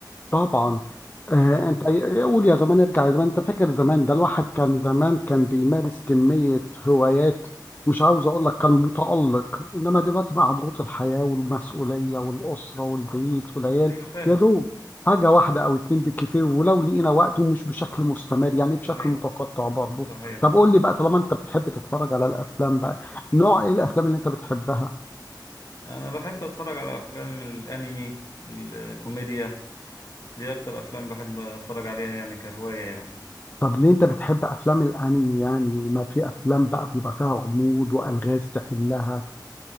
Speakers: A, on the left; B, on the left.
A: طبعا آه
B: أنا-
A: انت قول يا زمان ارجع يا زمان انت فاكر زمان ده الواحد كان زمان كان بيمارس كمية هوايات مش عاوز اقول لك كان متألق انما دلوقتي مع ضغوط الحياة والمسؤولية والأسرة والبيت والعيال
B: ايوه فاهم
A: يا دوب حاجة واحدة او اتنين بالكتير ولو لقينا وقت ومش بشكل مستمر يعني بشكل
B: صحيح
A: متقطع برضه
B: صحيح
A: طب قول لي بقى طالما انت بتحب تتفرج على الافلام بقى نوع ايه الافلام اللي انت بتحبها
B: انا بحب اتفرج على افلام الانمي الكوميديا دي اكتر افلام بحب اتفرج عليها يعني كهواية يعني
A: طب ليه انت بتحب افلام الانمي يعني ما في افلام بقى بيبقى فيها غموض والغاز تحلها